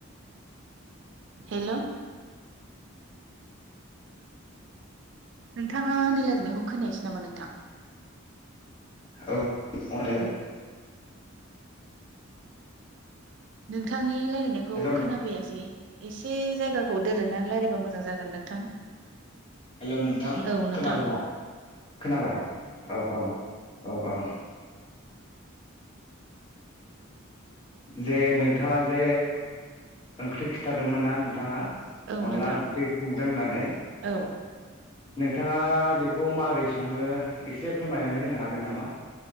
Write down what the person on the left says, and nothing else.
औ हेल'।
हेल'
हेलौ नोंथां
खोनाबाय दा खोनाबाय औ औ औ औ। जे नोंथाङा जे ओंख्रि खिथादोंमोनना नोंथाङा
अनला
ओंख्रि संदों होननानै
नोंथाङा बेखौ मारै सङो एसे फोरमायनानै होनो हागोन नामा?